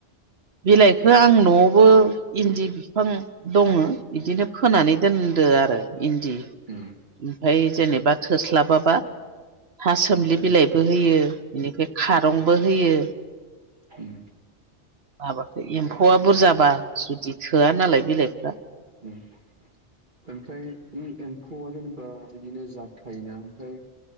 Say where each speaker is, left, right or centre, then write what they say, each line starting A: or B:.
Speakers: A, on the right; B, on the right.
A: बिलाइखो आं न'वावबो इन्दि बिफां दङ इदिनो फोनानै दोनदो आरो इन्दि ओमफ्राय
B: उम
A: जेनेबा थोस्लाबाबा था सोमलि
B: उम
A: बिलाइबो होयो बेनिफ्राय खारंबो होयो
B: उम
A: माबाखो
B: ओमफ्राय
A: एम्फौआ बुरजाबा जुदि थोआ नालाय बिलाइफ्रा
B: उम ओमफ्राय एम्फौआ जेनेबा बिदिनो जाब थायोना ओमफ्राय